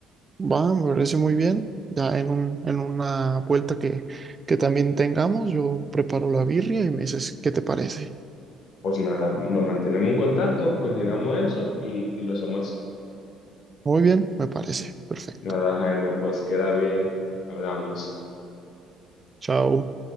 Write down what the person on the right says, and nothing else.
Va, me parece muy bien. Ya en un, en una vuelta que, que también tengamos, yo preparo la birria y me dices qué te parece.
Muy bien, me parece. Perfecto.
Chao.